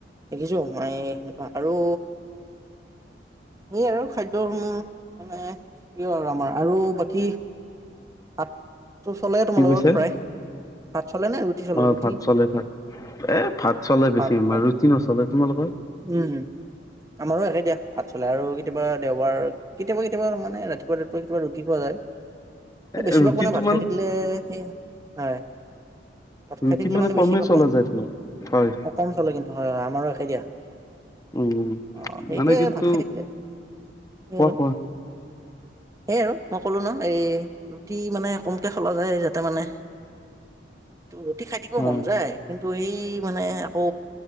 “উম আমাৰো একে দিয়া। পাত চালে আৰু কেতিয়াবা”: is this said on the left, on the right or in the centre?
Right